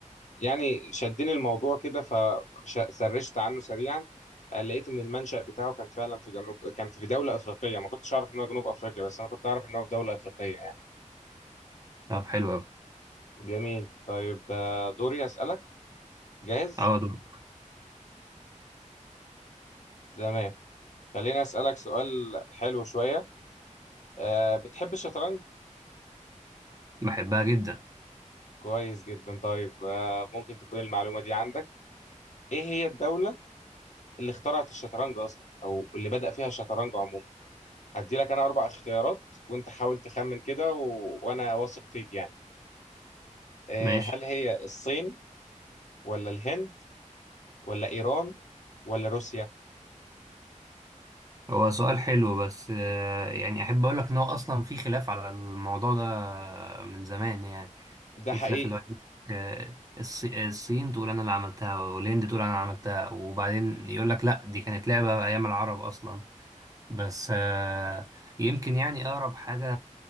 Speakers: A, on the left (about 60°); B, on the right (about 25°).
A: يعني شدني الموضوع كده فسرشت عنه سريعا آه، لقيت ان المنشأ بتاعه كان فعلا في جنوب كان في دولة افريقية ما كنتش اعرف ان هو جنوب افريقيا بس انا كنت اعرف ان هو في دولة افريقية يعني
B: طب حلو أوي
A: جميل طيب آه، دوري اسألك جاهز
B: أه دول
A: تمام خليني اسألك سؤال حلو شوية آه، بتحب الشطرنج
B: بحبها جدا
A: كويس جدا طيب آه، ممكن تكون المعلومة دي عندك ايه هي الدولة اللي اخترعت الشطرنج اصلا او اللي بدأ فيها الشطرنج عموما هدي لك انا اربع اختيارات وانت حاول تخمن كده و... وانا واثق فيك يعني آه،
B: ماشي
A: هل هي الصين ولا الهند ولا ايران ولا روسيا
B: هو سؤال حلو بس آه، يعني احب اقول لك ان هو اصلا في خلاف على الموضوع ده من زمان يعني
A: ده
B: في
A: حقيقي
B: خلاف اللي هو يقولك، آه، الص- الصين تقول انا اللي عملتها والهند تقول انا عملتها وبعدين يقول لك لا دي كانت لعبة ايام العرب اصلا بس آه، يمكن يعني اقرب حاجة